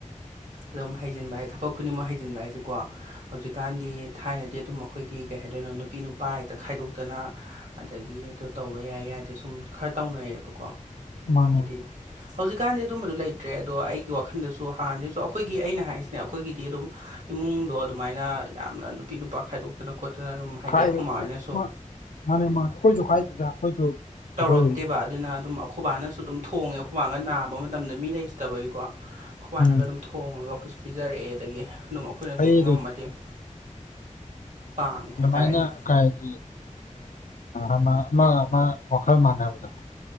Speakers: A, on the right; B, on the left.
A: ꯑꯗꯨꯝ ꯍꯩꯖꯤꯟꯕ ꯍꯥꯏ ꯊꯕꯛ ꯈꯨꯗꯤꯡꯃꯛ ꯍꯩꯖꯤꯟꯕ ꯍꯥꯏꯁꯦꯀꯣ ꯍꯧꯖꯤꯛꯀꯥꯟꯗꯤ ꯊꯥꯏꯅꯗꯤ ꯑꯗꯨꯝ ꯑꯩꯈꯣꯏꯒꯤ ꯀꯩ ꯍꯥꯏꯗꯣꯏꯅꯣ ꯅꯨꯄꯤ ꯅꯨꯄꯥ ꯍꯦꯛꯇ ꯈꯥꯏꯗꯣꯛꯇꯅ ꯑꯗꯒꯤ ꯑꯗꯨ ꯇꯧꯕ ꯌꯥꯏ ꯌꯥꯗꯦ ꯁꯨꯝ ꯈꯔ ꯇꯧꯅꯩꯌꯦꯕꯀꯣ
B: ꯃꯥꯅꯦ
A: ꯍꯥꯏꯗꯤ ꯍꯧꯖꯤꯛꯀꯥꯟꯗꯤ ꯑꯗꯨꯝꯕꯗꯨꯣ ꯂꯩꯇ꯭ꯔꯦ ꯑꯗꯣ ꯑꯩꯒꯤ ꯋꯥꯈꯜꯗꯁꯨ ꯍꯥꯟꯅꯗꯒꯤꯁꯨ ꯑꯩꯈꯣꯏꯒꯤ ꯑꯩꯅ ꯍꯥꯏꯔꯤꯁꯤꯅꯦ ꯑꯩꯈꯣꯏꯒꯤꯗꯤ ꯑꯗꯨꯝ ꯏꯃꯨꯡꯗꯣ ꯑꯗꯨꯃꯥꯏꯅ ꯌꯥꯝꯅ ꯅꯨꯄꯤ ꯅꯨꯄꯥ ꯈꯥꯏꯗꯣꯛꯇꯅ ꯈꯣꯠꯇꯅ ꯑꯗꯨꯝ ꯍꯥꯏꯗꯤ
B: ꯈꯥꯏꯌ
A: ꯑꯩꯈꯣꯏ ꯃꯥ ꯍꯣꯏꯅꯁꯨ
B: <inaudible> ꯃꯥꯅꯦ ꯃꯥꯅꯦ ꯑꯩꯈꯣꯏꯁꯨ ꯈꯥꯏꯗꯦꯗ ꯑꯩꯈꯣꯏꯁꯨ
A: ꯇꯧꯔꯛꯇꯦꯕ
B: ꯑꯩꯈꯣꯏ
A: ꯑꯗꯨꯅ ꯑꯗꯨꯝ ꯑꯩꯈꯣꯏꯕꯥꯅꯁꯨ ꯑꯗꯨꯝ ꯊꯣꯡꯉꯦ ꯈꯨꯈꯣꯏꯕꯥꯒ ꯅꯥꯕ ꯃꯇꯝꯗ ꯃꯤ ꯂꯩꯖꯇꯕꯒꯤꯀꯣ ꯑꯩꯈꯣꯏꯕꯥꯅꯒ
B: ꯎꯝ
A: ꯑꯗꯨꯝ ꯊꯣꯡꯉꯒ ꯑꯩꯈꯣꯏꯁꯨ ꯄꯤꯖꯔꯛꯑꯦ ꯑꯗꯒꯤ ꯑꯗꯨꯝ ꯑꯩꯈꯣꯏꯅꯁꯨ
B: ꯑꯩꯗꯨ
A: ꯑꯉꯝꯕ ꯃꯇꯦꯡ ꯄꯥꯡꯉꯦ ꯍꯥꯏꯇꯥꯔꯦꯅꯦ
B: ꯑꯗꯨꯃꯥꯏꯅ ꯀꯩ ꯍꯥꯏꯗꯤ ꯑꯃ ꯑꯃ ꯋꯥꯈꯜ ꯃꯥꯟꯅꯕꯗꯣ